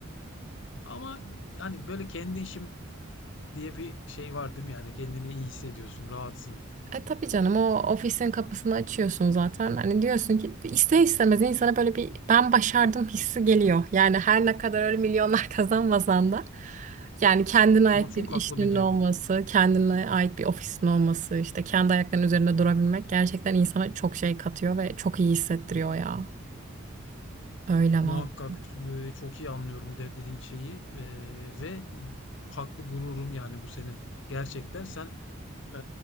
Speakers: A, on the left; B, on the right.
A: Ama hani böyle kendi işim diye bir şey var değil mi? Yani kendini iyi hissediyorsun, rahatsın.
B: E tabii canım o ofisin kapısını açıyorsun zaten. Hani diyorsun ki ister istemez insana böyle bir ben başardım hissi geliyor. Yani her ne kadar öyle milyonlar <laughs> kazanmasan da yani kendine
A: Ama
B: ait
A: çok
B: bir işinin
A: haklı bir duygu.
B: olması, kendine ait bir ofisin olması, işte kendi ayaklarının üzerinde durabilmek gerçekten insana çok şey katıyor ve çok iyi hissettiriyor ya. Öyle
A: Muhakkak
B: vallahi.
A: e, çok iyi anlıyorum de- dediğin şeyi e, ve haklı gururun yani bu senin. Gerçekten sen e,